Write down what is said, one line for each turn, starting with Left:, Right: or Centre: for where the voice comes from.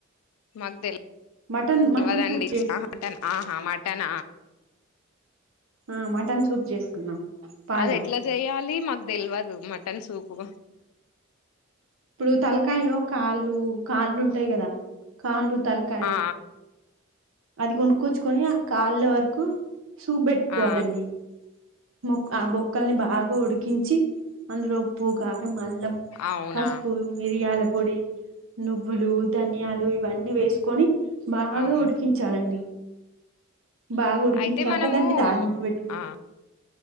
Left: మాకు తె తెలవదండి
Right: మటన్ మటన్ సూప్ చేసుకున్నాం
Left: మాట ఆహా మాట తన
Right: ఆ మటన్ సూప్ చేసుకున్నాం పాయా
Left: అది ఎట్లా చేయాలి మాకు తెలియదు మటన్ సూపు
Right: ఇప్పుడు తలకాయలో కాళ్ళు కాళ్ళు ఉంటాయి కదా కాళ్ళు తలకాయ
Left: ఆ
Right: అది కొనుకొచ్చుకొని కాళ్ళ వరకు చూబెట్టుకోవాలని
Left: ఆ
Right: మొ ఆ బొక్కల్ని బాగా ఉడికించి అందులో ఉప్పుగా అల్లం
Left: అవునా
Right: పసుపు మిరియాల పొడి నువ్వులు ధనియాలు ఇవన్నీ వేసుకొని బాగా
Left: అవునా
Right: ఉడికించాలండి బాగా ఉడికించాక
Left: అయితే మనము
Right: దానికి తాలింపు పెట్టుకో
Left: ఆ